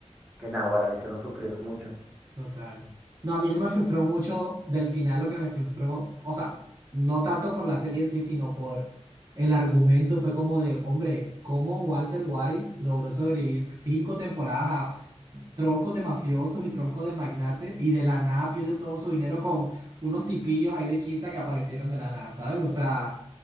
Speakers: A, in the centre; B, on the right (about 35°).
A: que Naguará le hicieron sufrir mucho.
B: Total. No, a mí me frustró mucho del final lo que me frustró, o sea, no tanto por la serie en sí, sino por el argumento, fue como de, hombre, ¿cómo Walter White logró sobrevivir cinco temporadas troncos de mafiosos y troncos de magnates y de la nada pierde todo su dinero con unos tipillos ahí de quinta que aparecieron de la nada, ¿sabes? O sea,